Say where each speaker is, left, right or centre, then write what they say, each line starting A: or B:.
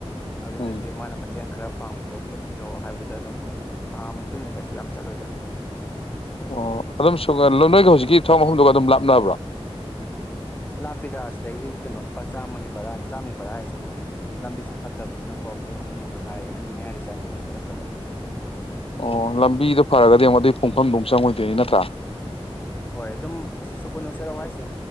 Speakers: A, on the left; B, on the left.
A: ꯑꯗꯨꯗꯨꯒꯤ
B: ꯎꯝ
A: ꯃꯥꯅ ꯄ ꯃꯇꯦꯡ ꯈꯔ ꯄꯥꯡꯕꯤꯌꯣ ꯈꯣꯠꯄꯤꯌꯣ ꯍꯥꯏꯕꯗꯨꯗ ꯑꯗꯨꯝ ꯊꯥ ꯑꯃꯨꯛꯇꯪꯅꯤ ꯀꯩꯁꯨ ꯌꯥꯝ ꯆꯠꯂꯣꯏꯗ
B: ꯑꯣ ꯑꯗꯨꯝ ꯁꯨꯒꯠꯂꯣ ꯅꯣꯏꯒ ꯍꯧꯖꯤꯛꯀꯤ ꯊꯣꯡ ꯃꯐꯝꯗꯨꯒ ꯑꯗꯨꯝ ꯂꯥꯞꯅꯕ꯭ꯔꯣ
A: ꯂꯥꯞꯄꯤꯗ ꯑꯁꯤꯗꯒꯤ ꯀꯩꯅꯣ ꯂꯨꯄꯥ ꯆꯥꯝꯃꯒꯤ ꯕꯔꯥꯅꯤ ꯆꯥꯝꯃꯩ ꯕꯔꯥ ꯍꯥꯏꯁꯦ ꯑꯗꯨꯝ ꯂꯝꯕꯤꯁꯨ ꯐꯠꯇꯕꯅꯤꯅꯀꯣ ꯄꯨꯡ ꯑꯃ ꯃꯈꯥꯏ ꯑꯅꯤ ꯃꯌꯥꯗꯤ ꯆꯪꯉꯦ ꯑꯗꯨꯝ ꯆꯠꯄꯗ
B: ꯑꯣ ꯂꯝꯕꯤꯗ ꯐꯔꯒꯗꯤ ꯑꯃꯨꯛ ꯑꯗꯨꯏ ꯄꯨꯡꯐꯝꯗꯣ ꯑꯃꯨꯛ ꯆꯪꯉꯣꯏꯗꯣꯏꯅꯤ ꯅꯠꯇ꯭ꯔꯥ
A: ꯍꯣꯏ ꯑꯗꯨꯝ ꯁꯨꯀꯨꯅꯨ ꯁꯦꯔꯧ ꯍꯥꯏꯁꯦ